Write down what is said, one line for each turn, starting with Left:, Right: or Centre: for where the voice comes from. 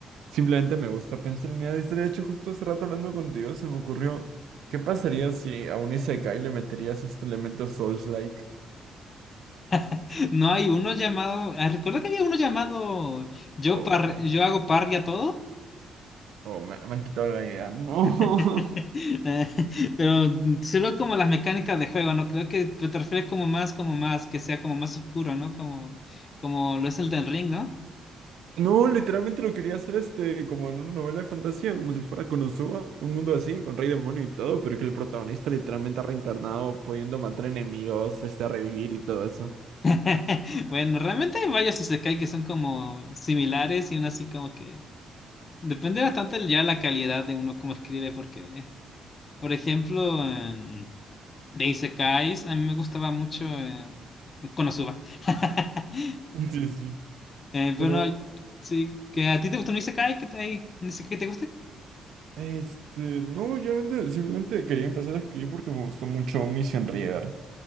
Right: Simplemente me gusta pensar en ideas. De hecho, justo hace rato hablando contigo se me ocurrió, ¿qué pasaría si a un Isekai le meterías este elemento Souls-like?
Left: <laughs> no hay uno llamado, ah, recuerdo que había uno llamado Yo,
Right: Oh,
Left: par,
Right: fuck.
Left: yo hago parry a todo,
Right: Oh, me, me han quitado la idea. No.
Left: <laughs>
Right: <laughs>
Left: Eh, pero solo como las mecánicas de juego, ¿no? Creo que te refieres como más, como más, que sea como más oscuro, ¿no? Como, como lo es el del ring, ¿no?
Right: No, literalmente lo quería hacer este, como en una novela de fantasía, como si fuera Konosuba, un mundo así, con rey demonio y todo, pero que el protagonista literalmente ha reencarnado, pudiendo matar enemigos, este, a revivir y todo eso.
Left: <laughs> Bueno, realmente hay varios isekai que son como similares y uno así como que depende bastante ya la calidad de uno cómo escribe porque, por ejemplo, en- de isekais a mí me gustaba mucho eh, Konosuba. <laughs>
Right: Sí, sí.
Left: Eh,
Right: Pero,
Left: pero no, sí, que a ti te gustó un isekai que te, hay- un isekai que te guste.
Right: este, no, yo realmente simplemente quería empezar a escribir porque me gustó mucho Omniscient Reader.